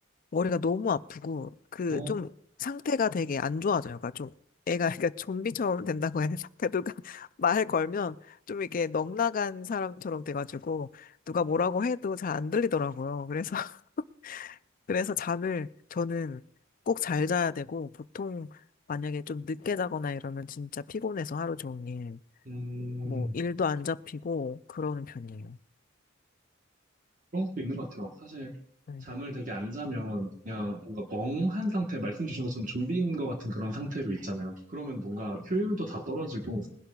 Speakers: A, on the left; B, on the right.
A: 머리가 너무 아프고, 그,
B: 어,
A: 좀, 상태가 되게 안 좋아져요. 그러니까 좀, 애가, 그러니까 좀비처럼 된다고 해야 되나? 그러니까 누가 <laughs> 말 걸면, 좀 이렇게 넉나간 사람처럼 돼가지고, 누가 뭐라고 해도 잘 안 들리더라고요. 그래서, <laughs> 그래서 잠을, 저는 꼭 잘 자야 되고, 보통, 만약에 좀 늦게 자거나 이러면 진짜 피곤해서 하루 종일.
B: 음,
A: 뭐 일도 안 잡히고 그러는 편이에요.
B: 그런 것도 있는 것 같아요. 사실
A: 네.
B: 잠을 되게 안 자면 그냥 뭔가 멍한 상태, 말씀 주신 것처럼 좀비인 것 같은 그런 상태로 있잖아요. 그러면 뭔가 효율도 다 떨어지고